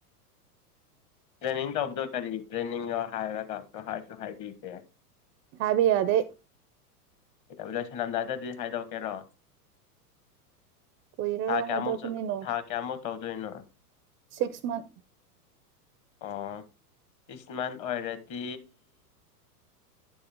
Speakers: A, on the left; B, on the right.
A: ꯔꯅꯤ ꯌꯥꯎꯕꯗꯣ ꯀꯔꯤꯒꯤ ꯇ꯭ꯔꯦꯅꯤꯡ ꯔ ꯍꯥꯏꯔꯒꯁꯨ ꯍꯥꯏꯁꯨ ꯍꯥꯏꯗꯦ
B: ꯍꯥꯏꯕ ꯌꯥꯗꯦ
A: ꯀ ꯂꯣꯏꯁꯜꯂꯝꯗꯥꯏꯗꯗꯤ ꯍꯥꯏꯗꯣꯛꯀꯦꯔꯣ
B: ꯀꯨꯏꯔꯔꯣꯏ
A: ꯍꯥ ꯀꯃꯁꯨ
B: ꯍꯥꯏꯗꯣꯛꯀꯅꯤꯅꯣ
A: ꯍꯥꯥ ꯀꯃꯨ ꯇꯧꯗꯣꯏꯅꯣ
B: ꯁꯤꯛꯁ ꯃꯟꯊ
A: ꯑꯣ ꯏꯁꯁꯃꯥꯟ ꯑꯣꯏꯔꯗꯤ